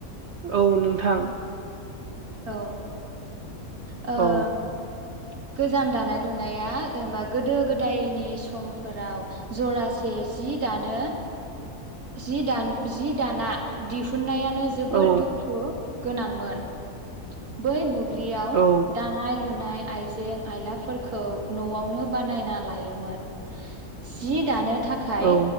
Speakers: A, on the right (about 55°); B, on the right (about 80°).
A: औ नोंथां।
B: औ ओ
A: औ
B: गोजाम दानाय लुनाया जेनेबा गोदो गोदायनि समफोराव जरासे जि दानो जि दान जि दाना दिहुननाया -नो जोबोर
A: औ
B: दुखु गोनांमोन बै बु -ब्लियाव
A: औ
B: दानाय लुनाय आइजें आइलाफोरखौ न'आवनो बानायना लायोमोन सि दानो थाखाय
A: औ